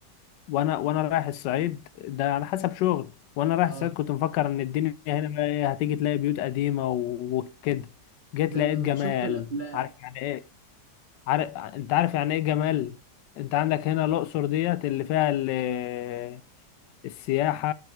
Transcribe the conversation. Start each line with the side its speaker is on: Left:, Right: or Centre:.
Left: وانا وانا رايح الصعيد ده على حسب شغل وانا رايح
Right: اه
Left: الصعيد كنت مفكر ان الدنيا هنا بقى إيه، هتيجي تلاقي بيوت قديمه و- وكده جيت
Right: زي
Left: لقيت
Right: ما
Left: جمال
Right: بنشوف في الافلام
Left: عارف يعني ايه عارف انت عارف يعني ايه جمال انت عندك هنا الاقصر ديت اللي فيها ال- السياحه